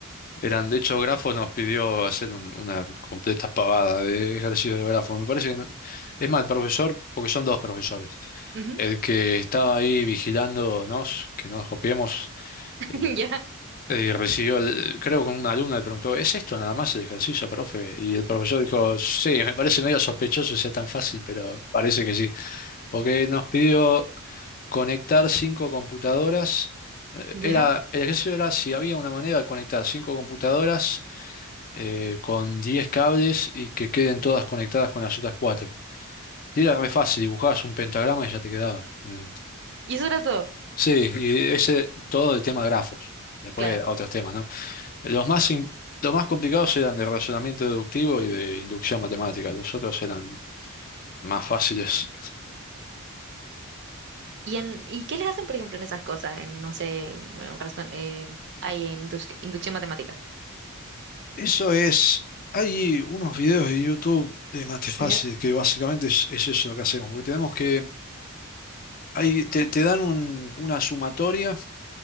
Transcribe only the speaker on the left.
eran, de hecho, grafos nos pidió hacer un- una completa pavada de ejercicios de grafos. Me parece que, no- es más, el profesor, porque son dos profesores,
el que estaba ahí vigilándonos, que no nos copiemos,
eh,
eh, recibió, el- creo que un alumno le preguntó, ¿es esto nada más el ejercicio, profe? Y el profesor dijo, sí, me parece medio sospechoso que sea tan fácil, pero parece que sí, porque nos pidió conectar cinco computadoras. eh,
Era, el ejercicio era si había una manera de conectar cinco computadoras eh, con 10 cables y que queden todas conectadas con las otras cuatro. Y era re fácil, dibujabas un pentagrama y ya te quedaba. Eh,
sí, y ese todo el tema grafos. Después
otros temas, ¿no? Los más, in- los más complicados eran de razonamiento deductivo y de inducción matemática. Los otros eran más fáciles.
Eso es, hay unos videos de YouTube de Matefacil
que básicamente es, es eso lo que hacemos, porque tenemos que, hay, te, te dan un- una sumatoria